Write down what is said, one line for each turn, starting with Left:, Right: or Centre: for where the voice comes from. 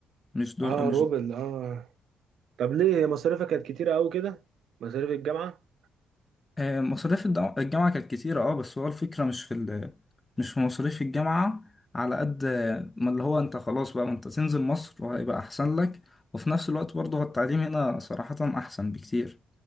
Left: مش دول
Right: اه
Left: مش
Right: روبل اه طب ليه مصاريفك كانت كتيرة قوي كده؟ مصاريف الجامعة؟
Left: آه، مصاريف الدع- الجامعة كانت كتيرة اه بس هو الفكرة مش في ال... مش في مصاريف الجامعة على قد آه، ما اللي هو انت خلاص بقى ما انت تنزل مصر وهيبقى أحسن لك وفي نفس الوقت برضه هو التعليم هنا صراحة أحسن بكتير